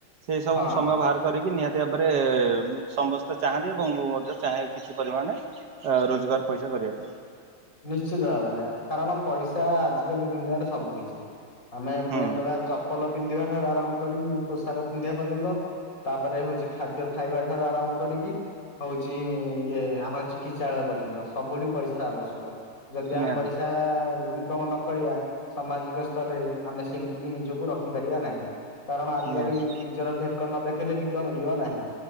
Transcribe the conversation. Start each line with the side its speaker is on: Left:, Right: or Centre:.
Right: ସେ ସବୁ
Left: ହଁ।
Right: ସମୟ ବାହାର- କରିକି ନିହାତି ଭାବରେ ସମସ୍ତେ ଚାହାନ୍ତି ଏବଂ ମୁଁ ମଧ୍ୟ ଚାହେ କିଛି ପରିମାଣ ରୋଜଗାର ପଇସା ସେ କରିବା ପାଇଁ
Left: ନିଶ୍ଚିତ ଭାବରେ, କାରଣ ପଇସା ଆଜିକାଲି ଦୁନିଆରେ ସବୁ କିିଛି। ଆମେ ମେନ୍
Right: ହୁଁ
Left: କଥା ଚପଲ ପିନ୍ଧିବା ଠାରୁ ଆରାମ କରିକି ପୋଷାକ ପିନ୍ଧିବା ପର୍ଯ୍ୟନ୍ତ ତାପରେ ହଉଛି ଖାଦ୍ୟ ଖାଇବା ଠାରୁ ଆରମ୍ଭ କରିକି ହଉଛି ଇଏ ଆମର ଚିକିତ୍ସାଳୟ ପର୍ଯ୍ୟନ୍ତ ସବୁଠି ପଇସାର ଆବଶ୍ୟକ। ଯଦି ଆମେ
Right: ନିହାତି
Left: ପଇସା <unintelligible> କରିବା ସାମାଜିକ ସ୍ତରରେ ଆମେ ସେମିତି ବି ନିଜକୁ ରଖିପାରିବା ନାହିଁ। କାରଣ -ଆଜିକାଲି
Right: ନିହାତି
Left: ନିଜର ଭେକ ନ ଦେଖେଇଲେ ଭିକ ମିଳିବ ନାହିଁ।